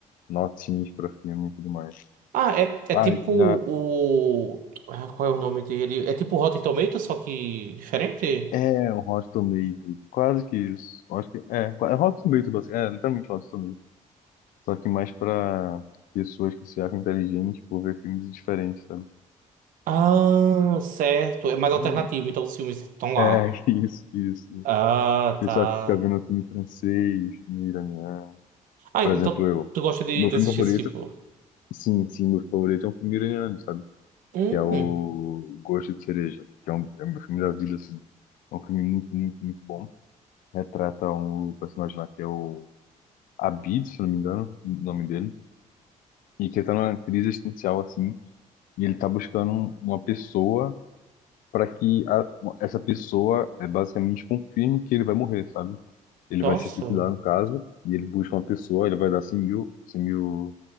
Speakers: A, on the left (about 85°); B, on the right (about 80°).
A: notinhas pra filme e tudo mais.
B: Ah, é, é
A: Ah,
B: tipo
A: na,
B: o. Ah, qual é o nome dele? É tipo o Rotten Tomatoes, só que diferente?
A: é um Hot Tomatoes. Quase que isso. Eu Acho que, é, qua- é Hot Tomatoes, basicamente, é literalmente Hot Tomatoes. Só que mais pra pessoas que se acham inteligentes por ver filmes diferentes, sabe?
B: Ah, certo. É mais alternativo,
A: Hum.
B: então os filmes que estão lá.
A: É, <laughs> isso, isso, isso.
B: Ah,
A: Pessoal
B: tá.
A: que fica vendo filme francês, filme iraniano.
B: Ah,
A: Por
B: então
A: exemplo, eu.
B: tu gosta de,
A: Meu
B: de
A: filme
B: assistir
A: favorito
B: esse tipo?
A: Sim, sim, meu favorito é um filme iraniano, sabe?
B: Hum,
A: Que é o Gosto de Cereja, que é, um, é o meu filme da vida, assim. É um filme muito, muito, muito bom. Retrata um personagem lá que é o Abid, se não me engano, o nome dele, e que tá numa crise existencial, assim, e ele tá buscando um- uma pessoa para que a- essa pessoa é, basicamente confirme que ele vai morrer, sabe? Ele
B: nossa.
A: vai se suicidar, no caso, e ele busca uma pessoa, ele vai dar 100 mil, 100 mil